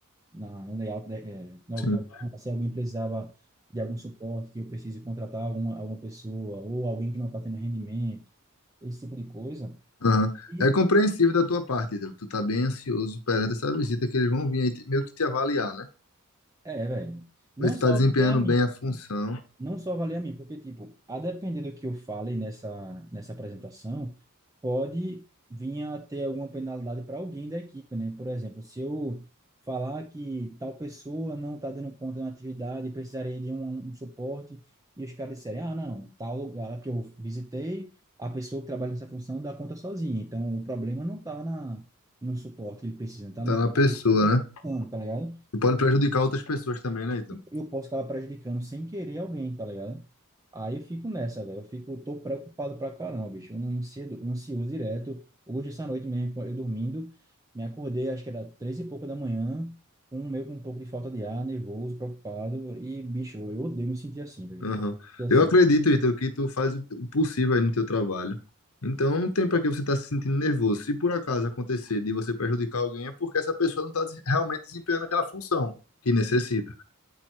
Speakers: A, on the right (about 15°); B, on the left (about 70°).
A: na, no layout, né, é, no organograma,
B: Sim.
A: se alguém precisava de algum suporte, que eu precise contratar alguma, alguma pessoa, ou alguém que não está tendo rendimento, esse tipo de coisa.
B: Aham.
A: E,
B: É compreensível da tua parte, Ítalo. Tu tá bem ansioso perante essa visita que eles vão vir aí te- meio que te avaliar, né?
A: é, velho, não
B: Ver se tu
A: só
B: tá desempenhando
A: do TEA
B: bem a função,
A: não só valer a mim, porque, tipo, a depender do que eu fale nessa, nessa apresentação, pode vir a ter alguma penalidade para alguém da equipe, né? Por exemplo, se eu falar que tal pessoa não está dando conta da atividade, precisaria de um, um suporte, e os caras disserem, ah, não, tal lugar que eu visitei, a pessoa que trabalha nessa função dá conta sozinha, então o problema não está na no suporte que ele precisa, está na
B: tá na pessoa,
A: pessoa que está,
B: né?
A: tá ligado?
B: E pode prejudicar outras pessoas também, né, Ítalo?
A: eu posso acabar prejudicando sem querer alguém, tá ligado? Aí eu fico nessa, velho. Eu fico, eu tô preocupado pra caramba, bicho. Um ansioso, um ansioso direto. Hoje, essa noite mesmo, eu dormindo, me acordei, acho que era três e pouca da manhã, com meio com um pouco de falta de ar, nervoso, preocupado. E, bicho, eu odeio me sentir assim, velho.
B: Aham.
A: Ser assim.
B: Eu acredito, Ítalo, que tu faz o o possível aí no teu trabalho. Então, não tem para que você estar se sentindo nervoso. Se por acaso acontecer de você prejudicar alguém, é porque essa pessoa não está realmente desempenhando aquela função que necessita.